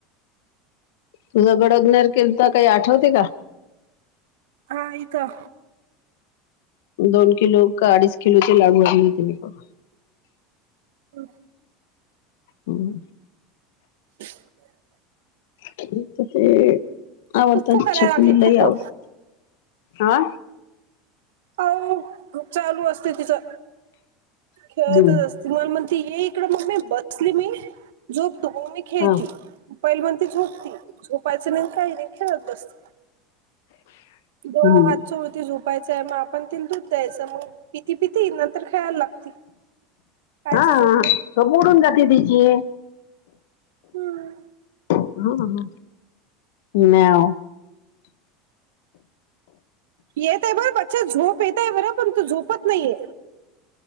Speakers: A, on the left (about 80°); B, on the right (about 80°).
A: किलो गडगनर केलतं काही आठवतय का
B: हाय का
A: दोन किलो का अडीच किलोचे लाडू दिले तिने करून
B: होय
A: होय
B: <unintelligible>
A: खिरित ते आवडतात
B: फुप्फू करायला
A: छकुलीलाही
B: लागली फुप्फू
A: आवडतात हा
B: काय नाहि खूप चालू असतय तिचं खेळतच
A: हम्म.
B: असती मला मग ती ये इकडं मम्मी बसली मी झोप तु मग मी खेळती
A: हा
B: पहिलं म्हणती झोप तु झोपायचं नाही काही नाही खेळत बसते देवा
A: हम्म.
B: हात चोळते झोप पाहायचं मग आपण तिला दूध द्यायचं मग पिती पिती नंतर खेळायला लागती कायची
A: हा
B: झोप
A: तर
B: ना
A: मोडून जाते भिती
B: हम्म
A: नाही हा
B: येत आहे बरं बच्चे झोप येत आहे बरं पण तू झोपत नाहीये